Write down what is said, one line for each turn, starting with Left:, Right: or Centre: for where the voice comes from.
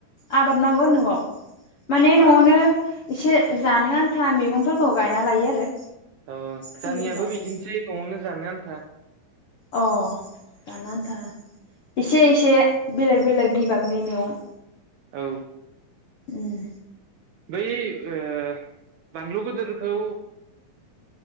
Left: आबाद मावो न'आव माने न'आवनो
Right: आद
Left: इसे जानो आन्था मेगंफोरखौ गायना लायो आरो
Right: औ
Left: फोयो
Right: जानियाबो
Left: गायो
Right: बिदिनोसै न'आवनो जानो आ न्था
Left: अ जानो आन्था इसे इसे बेलेग बेलेग बिबागनि मेगं
Right: औ
Left: उम
Right: बै ओ बानलु गोदोरखौ